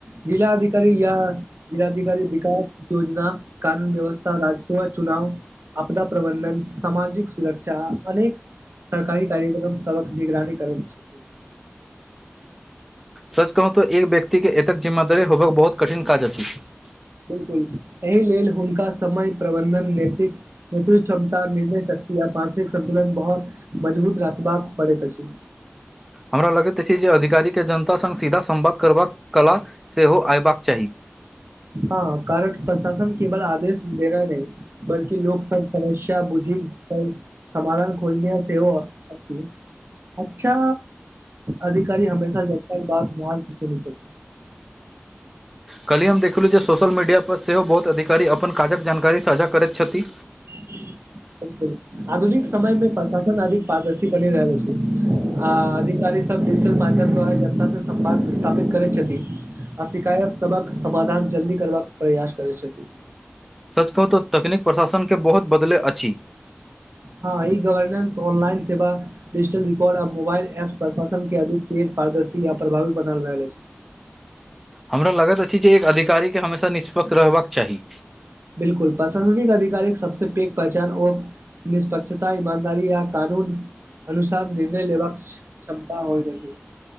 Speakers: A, on the right; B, in the centre.
A: जिला अधिकारी या। जिला अधिकारी विकास योजना कानून व्यवस्था राजसेवा चुनाव आपदा प्रबंधन सामाजिक सुरक्षा अनेक सरकारी कार्यक्रम सबक निगरानी करैत छै
B: सच कहू तऽ एक व्यक्ति के एतेक जिम्मेदारी होबाक बहुत कठिन काज अछि
A: बिलकुल एहि लेल हुनका समय प्रबन्धन नैतिक क्षमता निर्णय शक्ति आ मानसिक संन्तुलन बहुत मजबूत रखबाक पड़ैत अछि
B: हमरा लगैत अछि जे अधिकारी के जनता संग सीधा संवाद करबाक कला सेहो अयबाक चाही
A: हँ कारण प्रशासन केवल आदेश देनाए नहि बल्कि लोक सब समस्या बुझी समाधान खोजने सेहो अछि अच्छा अधिकारी हमेशा जनता के बात ध्यान से सुनेत अछि
B: कल्हि हम देखलहुँ जे सोशल मीडिया पर सेहो बहुत अधिकारी अपन काजक जानकारी साझा करैत छथि
A: <inaudible> बिल्कुल आधुनिक समय मे प्रशासन अधिक पारदर्शी बनि रहल अछि आ अधिकारी <inaudible> डिजिटल माध्यम द्वारा जनता से संवाद स्थापित करैत छथि आ शिकायत सभक समाधान जल्दी करबाक प्रयास करै छथी
B: सच कहू तऽ तकनीक प्रशासन के बहुत बदले अछि
A: हँ ई गवर्नेंस ऑनलाइन सेवा डजिटल रिकॉर्ड आ मोबाइल एप्स प्रशासन के अधिक तेज पारदर्शी आ प्रभावी बन रहल अछि
B: हमरा लागैत अछि जे एक अधिकारी के हमेशा निष्पक्ष रहबाक चाहि
A: बिलकुल प्रशासनिक अधिकार सबसे पैघ पहचान ओ निष्पक्षता ईमानदारी या कानून अनुसार निर्णय लेबाकक क्षमता होइत अछि